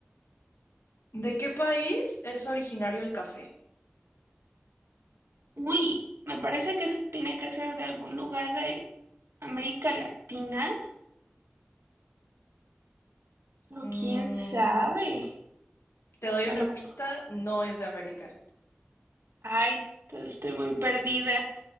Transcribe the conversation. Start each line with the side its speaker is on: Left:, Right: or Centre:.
Left: ¿de qué país es originario el café?
Right: uy, me parece que eso tiene que ser de algún lugar de América Latina, o
Left: Mm,
Right: quién sabe.
Left: Te doy
Right: A
Left: una
Right: lo-
Left: pista, no es de América.
Right: Ay, te- estoy muy perdida.